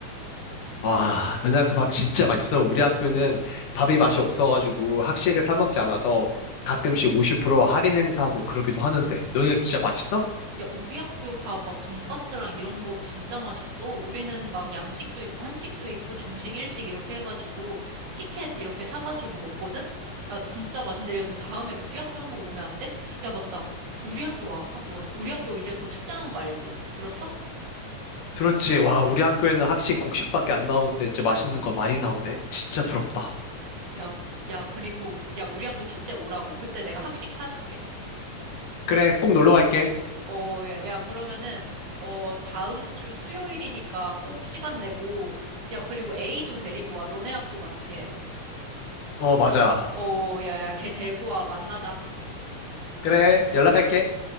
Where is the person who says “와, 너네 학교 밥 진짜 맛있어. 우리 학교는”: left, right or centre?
Left